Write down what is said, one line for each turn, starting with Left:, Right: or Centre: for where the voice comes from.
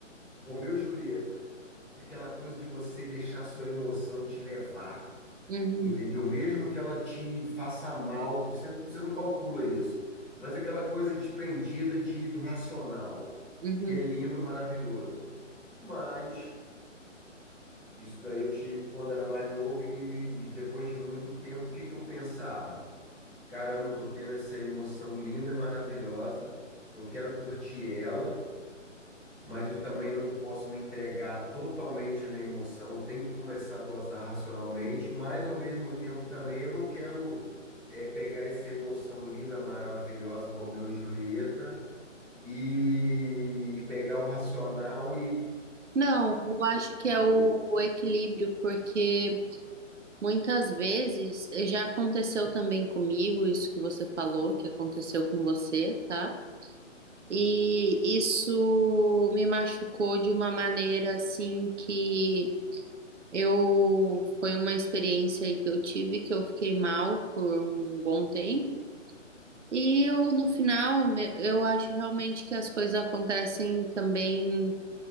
Centre: Romeu e Julieta, aquela coisa de você deixar a sua emoção te levar,
Right: Uhum.
Centre: entendeu? Mesmo que ela te faça mal, você, você não calcula isso, mas aquela coisa desprendida de, do racional,
Right: Uhum.
Centre: que é lindo, maravilhoso. Mas isso daí eu tive quando era mais novo e, e depois de muito tempo, o que que eu pensava? Caramba, eu tô tendo essa emoção linda e maravilhosa, que eu quero curtir ela, mas eu também não posso me entregar totalmente na emoção, eu tenho que começar a dosar racionalmente, mas ao mesmo tempo também eu não quero eh, pegar essa emoção linda, maravilhosa, Romeu e Julieta, e, e pegar o racional e.
Right: Não, eu acho que é
Centre: Entendeu?
Right: o, o equilíbrio, porque muitas vezes já aconteceu também comigo, isso que você falou, que aconteceu com você, tá? E isso me machucou de uma maneira assim que eu foi uma experiência aí que eu tive que eu fiquei mal por um bom tempo. E eu no final me- eu acho realmente que as coisas acontecem também